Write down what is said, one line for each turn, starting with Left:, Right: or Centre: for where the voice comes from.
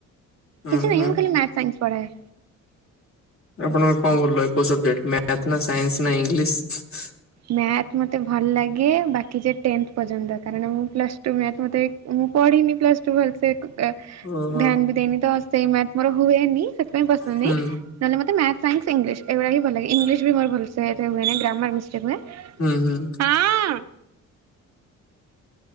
Left: ହୁଁ
Right: କିଛି ନାହିଁ
Left: ହୁଁ
Right: ଖାଲି ମ୍ୟାର୍ଥ ସାଇନ୍ସ ପଢାଏ।
Left: ଆପଣଙ୍କ କଣ ଭଲ କୋଉ ସବଜେକ୍ଟ ମ୍ୟାର୍ଥ ନା ସାଇନ୍ସ ନା। <unintelligible>
Right: ମ୍ୟାଥ୍ ମତେ ଭଲ୍ ଲାଗେ ବାକି ଯେ ଟେନ୍ଥ୍ ପର୍ଯ୍ୟନ୍ତ କାରଣ ମୁଁ ପ୍ଲସ୍ ଟୁ ମ୍ୟାଥ୍ ମତେ ଏ ମୁଁ ପଢି଼ନି ପ୍ଲସ୍ ଟୁ ଭଲସେ। ଅ
Left: ଓହୋ
Right: ଧ୍ୟାନ୍ ବି ଦେଇନି ତ ସେଇ ମ୍ୟାଥ୍ ମୋର ହୁଏନି ସେଥିପାଇଁ ପସନ୍ଦ
Left: ହୁଁ
Right: ନାଇଁ। ନହେଲେ ମତେ ମ୍ୟାଥ୍ ସାଇନ୍ସ ଇଂଲିଶ୍ ଏଗୁଡ଼ା ହି ଭଲ। ଇଂଲିଶ୍ ବି ମର ଭଲସେ ଏତେ ହୁଏନେଇ ଗ୍ରାମାର୍ ମିଷ୍ଟେକ୍ ହୁଏ।
Left: ହୁଁ ହୁଁ।
Right: ହଁ